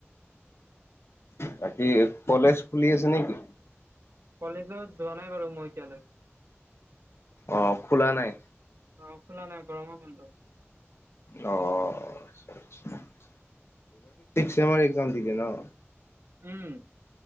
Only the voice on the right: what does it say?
কলেজত যোৱা নাই বাৰু মই এতিয়ালৈ
অ খোলা নাই গৰমৰ বন্ধ
উম